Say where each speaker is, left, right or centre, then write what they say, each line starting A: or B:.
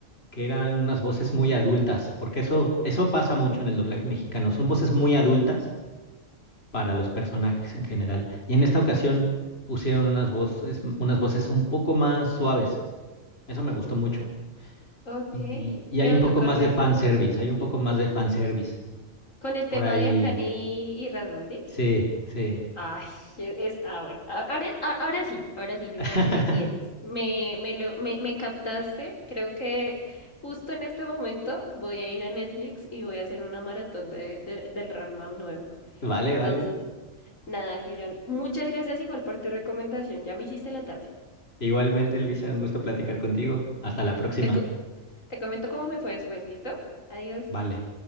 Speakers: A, on the left; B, on the left.
A: que eran unas voces muy adultas, porque eso, eso pasa mucho en el doblaje mexicano, son voces muy adultas para los personajes en general. Y en esta ocasión pusieron unas voces, unas voces un poco más suaves. Eso me gustó mucho.
B: Ok,
A: Y, y hay
B: me va
A: un
B: a
A: poco
B: tocar
A: más de
B: verlo.
A: fanservice, hay un poco más de fanservice.
B: Con el
A: Por
B: tema
A: ahí,
B: de Akane y, y Ranma, ¿sí?
A: sí, sí.
B: Ay, es... Ah, bueno. A- Ahora, a- ahora sí, ahora sí, Gibran,
A: <laughs>
B: me tienes. Me, me, lo, me, me captaste. Creo que justo en este momento voy a ir a Netflix y voy a hacer una maratón de, de- del Ranma nuevo.
A: Vale,
B: Entonces,
A: vale.
B: nada, Gibran, muchas gracias igual por tu recomendación. Ya me hiciste la tarde.
A: Igualmente, Luisa, un gusto platicar contigo. Hasta la próxima.
B: Te, co- te comento cómo me fue después, ¿listo? Adiós.
A: Vale.